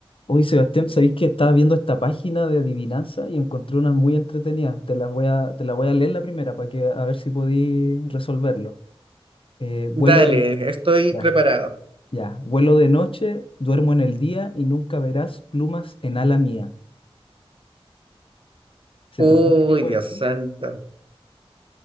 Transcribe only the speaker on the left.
Hoy, Sebastián, sabéis que estaba viendo esta página de adivinanza y encontré unas muy entretenidas. Te las voy a, te la voy a leer la primera para que a ver si podí resolverlo. Eh, vuelo
de,
ya,
ya. Vuelo de noche, duermo en el día y nunca verás plumas en ala mía. ¿Se
te ocurre qué puede
ser?